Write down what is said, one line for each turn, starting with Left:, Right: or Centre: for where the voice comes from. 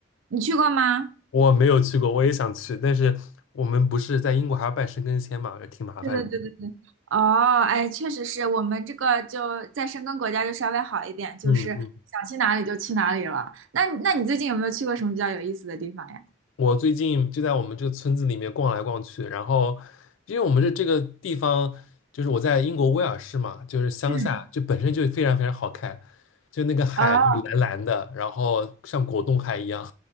Right: 你去过吗？
Left: 我没有去过，我也想去，但是我们不是在英国还要办申根签嘛，就挺麻烦的。
Right: 对对对对对。哦，哎，确实是我们这个就在申根国家就稍微好一点，就是想去哪里就去哪里了。
Left: 嗯嗯。
Right: 那那你最近有没有去过什么比较有意思的地方呀？
Left: 我最近就在我们这个村子里面逛来逛去，然后因为我们这这个地方，就是我在英国威尔士嘛，就是乡下，
Right: 嗯，
Left: 就本身就非常非常好看，就那个海就是蓝蓝的，
Right: 啊。
Left: 然后像果冻海一样，